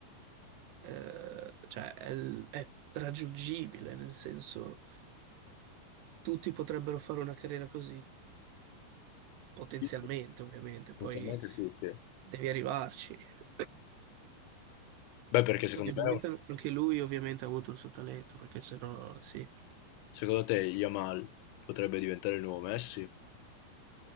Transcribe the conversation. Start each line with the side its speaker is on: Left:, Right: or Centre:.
Right: eh, cioè, è, l- è raggiungibile, nel senso tutti potrebbero fare una carriera così, potenzialmente
Left: Sì,
Right: ovviamente, poi
Left: Potenzialmente sì, sì.
Right: devi arrivarci. <coughs>
Left: Beh, perché secondo
Right: Ovviamente
Left: me,
Right: anche lui ovviamente ha avuto il suo talento, perché sennò sì.
Left: secondo te Yamal potrebbe diventare il nuovo Messi?